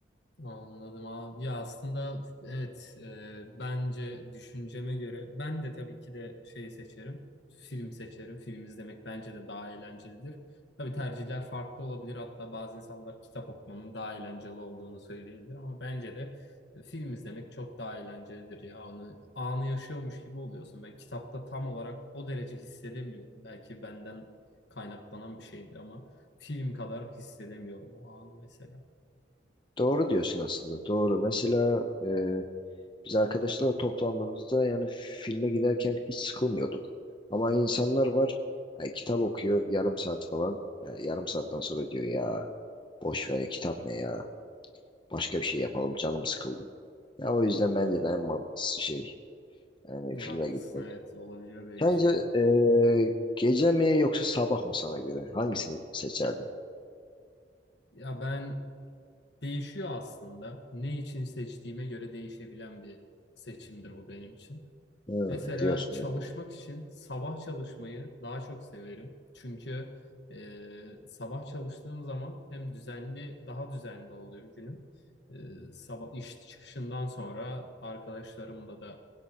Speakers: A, on the left; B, on the left.
A: Anladım abi. Ya aslında evet e, bence düşünceme göre ben de tabii ki de şeyi seçerim. Film seçerim. Film izlemek bence de daha eğlencelidir. Tabii tercihler farklı olabilir. Hatta bazı insanlar kitap okumanın daha eğlenceli olduğunu söyleyebilir ama bence de e, film izlemek çok daha eğlencelidir ya. Anı, anı yaşıyormuş gibi oluyorsun. Ben kitapta tam olarak o derece hissedemiyorum. Belki benden kaynaklanan bir şeydir ama film kadar hissedemiyorum o anı mesela.
B: Doğru diyorsun aslında. Doğru. Mesela e, biz arkadaşlarla toplandığımızda yani filme giderken hiç sıkılmıyorduk. Ama insanlar var e, kitap okuyor yarım saat falan. E, yarım saatten sonra diyor ya boş ver ya, kitap ne ya. Başka bir şey yapalım canım sıkıldı. Ya o yüzden bence
A: Hmm.
B: de en mantıklısı şey yani
A: Haklısın
B: filme gitmek.
A: evet olabiliyor böyle
B: Sence
A: şeyler.
B: e, gece mi yoksa sabah mı sana göre? Hangisini seçerdin?
A: Ya ben değişiyor aslında. Ne için seçtiğime göre değişebilen bir seçimdir bu benim için.
B: Ha,
A: Mesela
B: diyorsun
A: çalışmak
B: yani.
A: için sabah çalışmayı daha çok severim. Çünkü e, sabah çalıştığım zaman hem düzenli, daha düzenli oluyor günüm. E, sabah iş çıkışından sonra arkadaşlarımla da